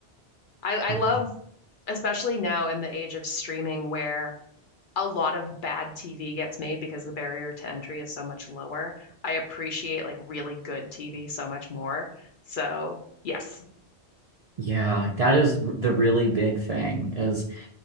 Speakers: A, on the left; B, on the right.
A: I I
B: Um,
A: love especially now in the age of streaming where a lot of bad TV gets made because the barrier to entry is so much lower. I appreciate like really good TV so much more. So, yes.
B: yeah, that is r- the really big thing is